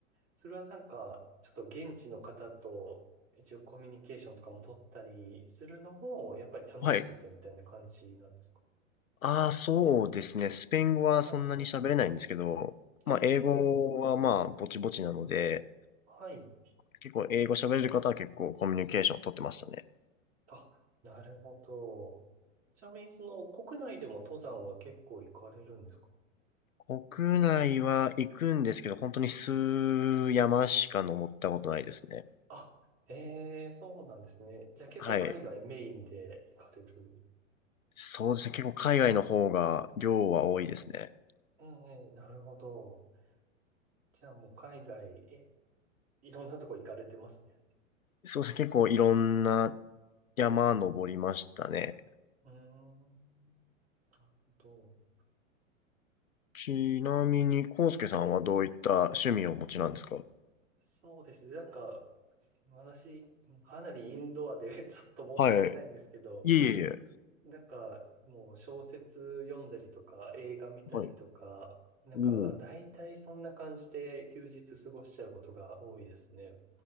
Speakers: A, on the right; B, on the left.
A: それはなんか、ちょっと現地の方と一応コミュニケーションとかも取ったりするのも、やっぱり楽しくてみたいな感じなんですか
B: はい。ああ、そうですね。スペイン語はそんなに喋れないんですけど、
A: あはい。ええ、
B: まあ、
A: ええ、
B: 英語はまあ、
A: ええ
B: ぼちぼちなので、
A: はい。
B: 結構英語喋れる方は結構コミュニケーションを取ってましたね。
A: あ、なるほど。ちなみに、その、国内でも登山は結構行かれるんですか
B: 国内は行くんですけど、本当に数山しか登ったことないですね。
A: あ、ええ、そうなんですね。じゃあ結構海外メインで行かれる。
B: はい。そうですね。結構海外の方が量は多いですね。
A: ええ、なるほど。じゃあもう海外、え、いろんなとこ行かれてますね。
B: そうですね。結構いろんな山登りましたね。
A: うーん、なるほど。
B: ちなみに、康介さんはどういった趣味をお持ちなんですか
A: はい、そうですね。なんか、私、かなりインドアで <laughs> ちょっと申し訳ないんですけど、
B: はい。いえいえいえ。
A: なんか、もう小説読んだりとか、映画見たりとか、
B: はい。
A: なんか、
B: おお。
A: 大体そんな感じで休日過ごしちゃうことが多いですね。